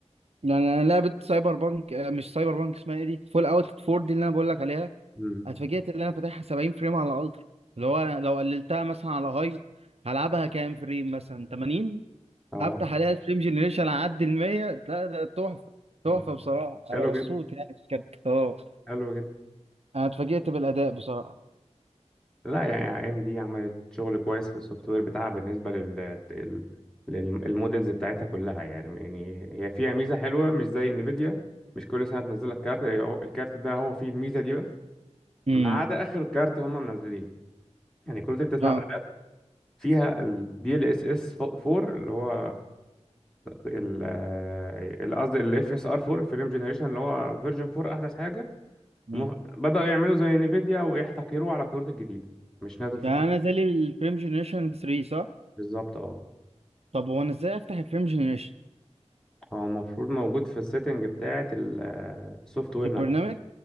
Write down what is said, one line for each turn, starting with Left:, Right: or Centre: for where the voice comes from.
Right: يعني أنا لعبة سايبر بانك آه، مش سايبر بانك اسمها إيه دي فول أوت 4 دي اللي أنا بقول لك عليها
Centre: مم.
Right: اتفاجئت إن أنا فاتحها 70 فريم على الألترا اللي هو أنا لو قللتها مثلا على هاي هلعبها كام فريم مثلا 80
Centre: اه
Right: هفتح عليها الفريم جنريشن أعدي ال 100 لا ده تحفة تحفة
Centre: مم.
Right: بصراحة
Centre: حلو
Right: أنا مبسوط
Centre: جدا
Right: يعني بجد اه
Centre: حلو جدا
Right: أنا اتفاجئت بالأداء بصراحة
Centre: لا يعني اي ام دي عملت شغل كويس في السوفت وير بتاعها بالنسبة لل لل- للمودلز بتاعتها كلها يعني يعني هي فيها ميزة حلوة مش زي انفيديا مش كل سنة تنزل لك كارت هو- الكارت ده هو فيه الميزة دي بس
Right: امم
Centre: ما مم. عدا آخر كارت هم منزلينه يعني كروت التسعة
Right: اه
Centre: ده فيها الدي ال اس اس 4 اللي هو ال ال- قصدي ال FSR 4 فيلم جنريشن اللي هو فيرجن 4 احدث حاجه مه-
Right: امم
Centre: بداوا يعملوا زي نيفيديا ويحتكروه على الكروت الجديده مش نازل في
Right: يعني
Centre: كروت
Right: أنا زي الفريم جنريشن 3 صح؟
Centre: بالظبط اه
Right: طب هو انا ازاي افتح الفريم جنريشن
Centre: هو المفروض موجود في السيتنج بتاعه السوفت وير
Right: البرنامج
Centre: نفسه